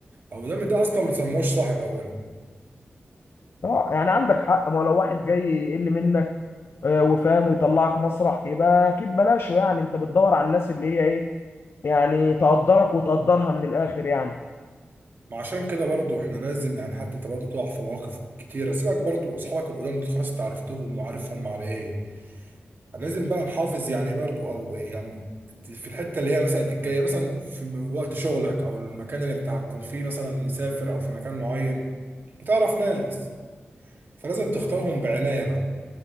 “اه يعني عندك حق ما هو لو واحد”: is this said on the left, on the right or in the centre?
Left